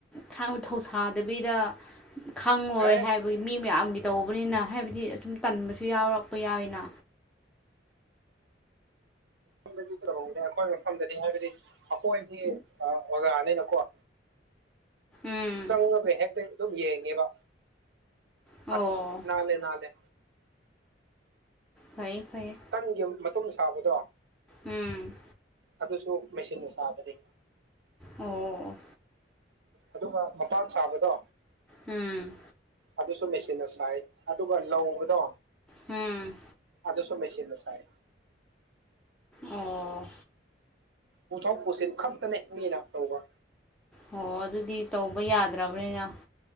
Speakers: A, in the centre; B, on the right.
A: ꯊꯥꯡꯅ ꯊꯧꯁꯥꯗꯕꯤꯗ__ ꯈꯪꯉꯣꯏ
B: ꯑꯦ
A: ꯍꯥꯏꯕꯒꯤ ꯃꯤ ꯃꯌꯥꯝꯒꯤ ꯇꯧꯕꯅꯤꯅ ꯍꯥꯏꯕꯗꯤ ꯑꯗꯨꯨꯝ ꯇꯟꯕꯁꯨ ꯌꯥꯎꯔꯛꯄ ꯌꯥꯎꯋꯤꯅ
B: ꯃꯐꯝꯗꯗꯤ ꯀꯩꯍꯧꯅꯦ ꯑꯩꯈꯣꯏ ꯃꯐꯝꯗꯗꯤ ꯍꯥꯏꯕꯗꯤ ꯑꯩꯈꯣꯏꯗꯤ ꯑꯣꯖꯥ ꯅꯤꯅꯀꯣ
A: ꯎꯝ
B: ꯆꯪꯉꯒ ꯍꯦꯛꯇ ꯑꯗꯨꯝ ꯌꯦꯡꯉꯦꯕ
A: ꯑꯣ
B: ꯑꯁ ꯅꯥꯜꯂꯦ ꯅꯥꯜꯂꯦ
A: ꯐꯩꯌꯦ ꯐꯩꯌꯦ
B: ꯇꯟꯒꯤ ꯃꯇꯨꯝ ꯁꯥꯕꯗꯣ
A: ꯎꯝ
B: ꯑꯗꯨꯁꯨ ꯃꯦꯆꯤꯟꯅ ꯁꯥꯕꯅꯤ
A: ꯑꯣ
B: ꯑꯗꯨꯒ ꯃꯄꯥꯟ ꯁꯥꯕꯗꯣ__
A: ꯎꯝ
B: ꯑꯗꯨꯁꯨ ꯃꯦꯆꯤꯟꯅ ꯁꯥꯏ ꯑꯗꯨꯒ ꯂꯧ ꯎꯕꯗꯣ__
A: ꯎꯝ
B: ꯑꯗꯁꯨꯨ ꯃꯦꯆꯤꯟꯅ ꯁꯥꯏ
A: ꯑꯣ
B: ꯄꯨꯊꯣꯛ ꯄꯨꯁꯤꯟ ꯈꯛꯇꯅꯦ ꯃꯤꯅ ꯇꯧꯕ
A: ꯑꯣ ꯑꯗꯨꯗꯤ ꯇꯧꯕ ꯌꯥꯗ꯭ꯔꯕꯅꯤꯅ__